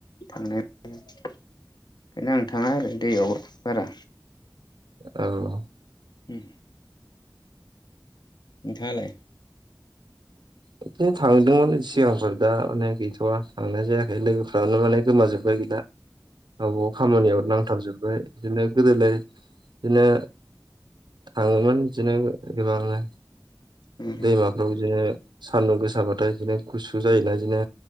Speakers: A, on the left; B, on the right.
A: थांनाय ओखायनो आं थाङा आरो दैयाव बारा।
B: औ
A: उम नोंथाङालाय?
B: बिदिनो थांदोंमोन सिगांफोर दा माने गैथआ थांनाय जायाखै लोगोफ्रानो माने गोमाजो बाय गैला गावबा गाव खामानियाव नांथाबजोब्बाय। बिदिनो गोदोलाय बिदिनो थाङोमोन बिदिनो गोबांनो।
A: औ
B: दैमाफ्राव बिदिनो सान्दुं गोसाबाथाय बिदिनो गुसु जायोना बिदिनो